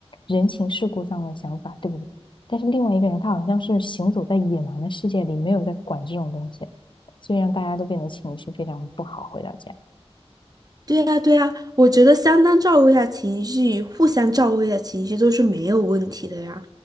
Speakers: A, on the left; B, on the right.
A: 人情世故上的想法，对不对？但是另外一个人他好像是行走在野蛮的世界里，没有在管这种东西，所以让大家都变得情绪非常不好。回到家，
B: 对呀，对呀，我觉得相当照顾一下情绪，互相照顾一下情绪都是没有问题的呀。